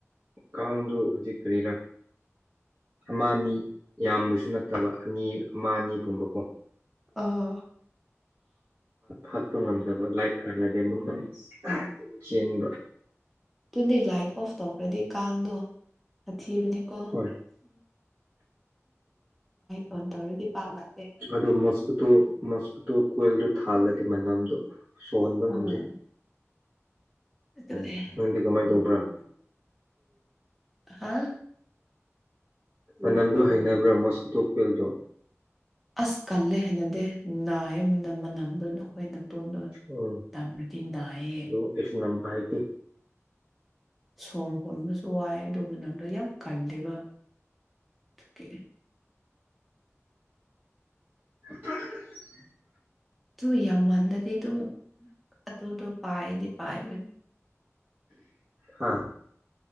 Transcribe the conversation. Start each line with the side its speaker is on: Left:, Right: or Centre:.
Right: ꯀꯥꯡꯗꯨ ꯍꯧꯖꯤꯛ ꯀꯔꯤꯔꯥ ꯑꯃ ꯑꯅꯤ ꯌꯥꯝꯕꯁꯨ ꯅꯠꯇꯕ ꯑꯅꯤ ꯑꯃ ꯑꯅꯤ ꯒꯨꯝꯕꯀꯣ
Centre: ꯑꯥ
Right: ꯍꯥꯠꯄ ꯉꯝꯗꯕ ꯂꯥꯏꯠ ꯐꯪꯂꯗꯤ ꯑꯃꯨꯛꯒ ꯑꯗꯨꯝ ꯆꯦꯟꯕ
Centre: ꯑꯗꯨꯗꯤ ꯂꯥꯏꯠ ꯑꯣꯐ ꯇꯧꯈ꯭ꯔꯗꯤ ꯀꯥꯡꯗꯣ ꯁꯥꯊꯤꯕꯅꯤꯀꯣ
Right: ꯍꯣꯏ
Centre: ꯑꯣꯟ ꯇꯧꯔꯗꯤ ꯄꯥꯛ ꯂꯥꯛꯇꯦ
Right: <inaudible> ꯑꯗꯨ ꯃꯣꯁꯀꯨꯇꯣ ꯃꯣꯁꯀꯨꯇꯣ ꯀꯣꯏꯜꯗꯨ ꯊꯥꯜꯂꯗꯤ ꯃꯅꯝꯗꯣ ꯁꯣꯔ ꯍꯣꯟꯕ ꯉꯝꯗꯦ
Centre: ꯎꯝ ꯑꯗꯨꯅꯦ
Right: ꯅꯪꯗꯤ ꯀꯃꯥꯏꯅ ꯇꯧꯕ꯭ꯔꯥ
Centre: ꯍꯥ
Right: ꯃꯅꯝꯗꯨ ꯍꯩꯅꯕ꯭ꯔꯥ ꯃꯣꯁꯀꯨꯇꯣ ꯀꯤꯜꯗꯣ
Centre: ꯑꯁ ꯀꯜꯂꯦ ꯍꯥꯏꯅꯗꯦ ꯅꯥꯏꯌꯦ ꯃꯅꯝꯗꯨꯅ ꯑꯩꯈꯣꯏ ꯅꯇꯣꯟꯗꯨꯅ
Right: ꯎꯝ
Centre: ꯇꯞꯅꯗꯤ ꯅꯥꯢꯌꯦ
Right: ꯑꯗꯨ ꯑꯩꯁꯨ ꯉꯝꯕ ꯍꯥꯏꯗꯤ
Centre: ꯁꯣꯔ ꯍꯣꯟꯕꯁꯨ ꯋꯥꯏ ꯑꯗꯨ ꯃꯅꯝꯗꯣ ꯌꯥꯝ ꯀꯜꯂꯦꯕ ꯑꯗꯨꯒꯤ
Right: <inaudible>
Centre: ꯑꯗꯨ ꯌꯥꯝꯃꯟꯂꯗꯤ ꯑꯗꯨꯝ ꯑꯗꯨꯗꯣ ꯄꯥꯏꯗꯤ ꯄꯥꯏꯕꯅꯤ
Right: ꯍꯥꯥ